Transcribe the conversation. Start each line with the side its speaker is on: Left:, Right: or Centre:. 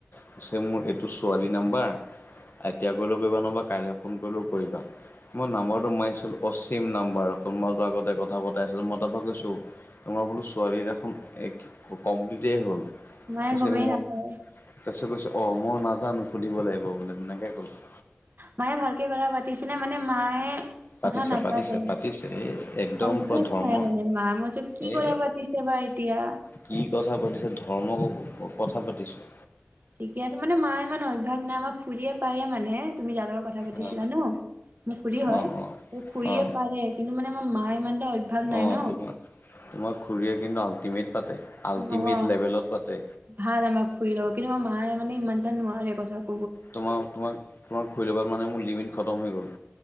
Left: পিছে মোৰ এইটো ছোৱালী নাম্বাৰ এতিয়া কৰিলেও কৰিবা নবা কাইলে ফোন কৰিলেও কৰিবা। মই নাম্বাৰটো মাৰিছিলো অছেম নাম্বাৰ মইতো আগতে কথা পতাই আছিলো মই তাৰপৰা কৈছো তোমাৰ বোলো ছোৱালী দেখোন কমপ্লিতে হ'ল।
Right: মায়ে
Left: তাৰপিছত
Right: গমে
Left: মই
Right: নাপাই।
Left: তাৰপিছত কৈছো অ' মই নাজানো সুধিব লাগিব বোলে তেনেকে কলে।
Right: মায়ে ভালকে কথা পাতিছেনে মানে মায়ে
Left: পাতিছে
Right: কথা নাপাতে
Left: পাতিছে পাতিছে এই একদম
Right: অভ্যাস
Left: পুৰা ধৰ্ম
Right: নাই মানে মা মই বোলো কি
Left: এ
Right: কথা পাতিছে বা এতিয়া
Left: কি কথা পাতিছে ধৰ্মক কথা পাতিছোঁ।
Right: ঠিকে আছে মানে মা ইমান অভ্যাস নাই আমাৰ খুৰীয়ে পাৰে মানে তুমি যাৰ লগত কথা পাতিছিলা
Left: অ
Right: ন' মোক খুৰি হয়
Left: অ অ
Right: ত খুুৰয়ে
Left: অ
Right: পাৰে কিন্তু মানে আমাৰ মা ইমান এটা অভ্যাস
Left: অ
Right: নাই ন'
Left: তোমাৰ তোমাৰ খুৰীয়ে কিন্তু আল্টিমেট পাতে। আল্টিমেট
Right: অ'
Left: লেভেলত পাতে
Right: ভাল আমাৰ খুৰী লগত কিন্তু আমাৰ মায়ে মানে ইমান এটা নোৱাৰে কথাত
Left: তোমাৰ তোমাক তোমাক ঘূৰি ল'গত মানে মোৰ লিমিট খতম হৈ গ'ল